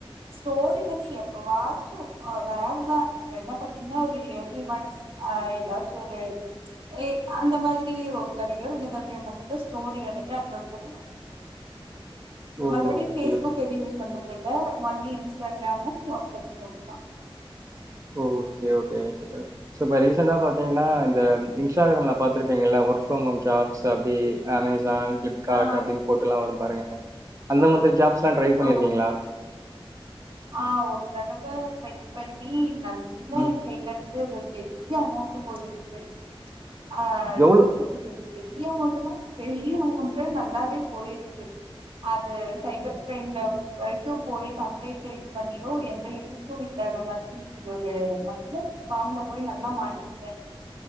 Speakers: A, on the right; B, on the right.
A: ஸ்டோரி வந்து எப்பவாச்சு ரேர் தா என்ன பாத்தீங்ன்னா ஒரு எழுதி வாய்ஸ் ஆ ஏதாச்சி ஒரு ஏய் அந்த மாதிரி ஒருதங்க இருந்தும் தன்மைய பொறுத்துட்டு தா ஸ்டோரி வந்துட்டு அப்லோட் பண்ணுவே
B: ஓகே
A: மத்தபடி ஃபேஸ்புக் எதையு யூஸ் பண்றதில்ல ஒன்லி இன்ஸ்டாகிராமும் வாட்ஸ்அப் இமோஜிம்தா
B: ஓகே ஓகே சிஸ்டர் இப்ப ரீசன்ட்ட பாத்தீங்கன்னா இந்த இன்ஸ்டாகிராம்ல பாத்திருப்பீங்கள்ல வொர்க் ஃப்ரம் ஹோம் ஜாப்ஸ் அப்டி அமேசான் பிளிப்கார்ட்
A: ஆ
B: அப்டின்னு போட்டுல்லாம் வரும் பாருங்க அந்த மாதிரி ஜாப்ஸ்லாம் ட்ரை பண்ணிருக்கீங்களா
A: ஆமா ஆமா ஆ ஒரு தடவ ட்ரை பண்ணி நல்ல
B: ம்
A: எயா கைலருந்து ஒரு பெரிய அமௌண்ட்டு போயிடுச்சி ஆ எப்டி
B: எவ்ளோ
A: சொல்றது பெரிய அமௌண்ட்டுன்னா பெரிய அமௌண்ட்டு நல்லாவே போயிருச்சி அது சைபர் கிரைம் லெவ் வரைக்கும் போயிட்டோ கேஸ் ரைஸ் பண்ணியு எந்த யூசும் இல்லாத மாதிரி ஒரு நல்ல ஸ்கேம்ல போய் நல்லா மாட்டிகிட்டே